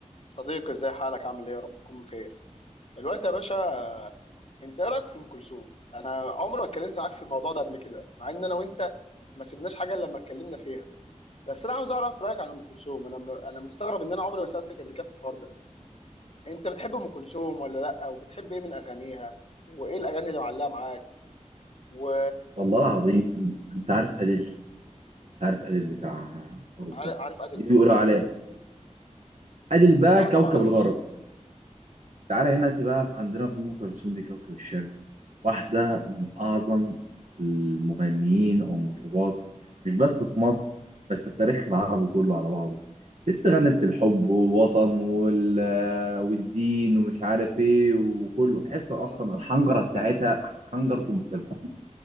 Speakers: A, on the left; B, on the right.
A: صديقي ازاي حالك عامل ايه يا رب تكون بخير دلوقتي يا باشا آه، انت ايه رايك في ام كلثوم انا عمري ما اتكلمت معاك في الموضوع ده قبل كده مع ان انا وانت ما سيبناش حاجه الا لما اتكلمنا فيها بس انا عاوز اعرف رايك عن ام كلثوم انا م... انا مستغرب ان انا عمري ما سالتك قبل كده في الحوار ده انت بتحب ام كلثوم ولا لا وبتحب ايه من اغانيها وايه الاغاني اللي معلقه معاك و
B: والله العظيم انت عارف اديل انت عارف اديل بتاع اوروبا
A: عار- عارف ادل
B: دي
A: طبعا
B: بيقولوا
A: اه
B: عليها اديل بقى
A: اه
B: كوكب
A: طبعا عارف
B: الغرب تعالى هنا بقى عندنا في ام كلثوم دي كوكب الشرق واحده من اعظم المغنيين او المطربات مش بس في مصر بس في تاريخ العرب كله على بعضه بنت غنت للحب والوطن وال... والدين ومش عارف ايه وكله تحس اصلا
A: امم
B: الحنجره بتاعتها حنجره ام كلثوم